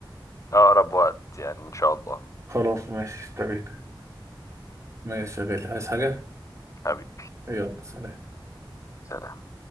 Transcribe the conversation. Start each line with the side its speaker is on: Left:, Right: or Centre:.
Left: اقرب وقت يعني ان شاء الله
Right: خلاص ماشي تمام ماشي يا غالي عايز حاجة
Left: حبيبي
Right: يلا سلام
Left: سلام